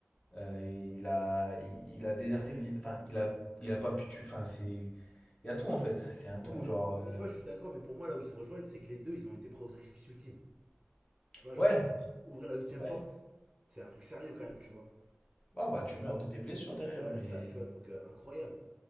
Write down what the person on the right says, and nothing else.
Ouais.
Mais tu vois, je suis d'accord, mais pour moi, là où ils se rejoignent, c'est que les deux, ils ont été prêts au sacrifice ultime. Tu vois,
genre, ouvrir la huitième
porte, c'est un truc sérieux quand même, tu vois.
Pour...
Voilà,
c'est ça, tu vois, donc euh, incroyable.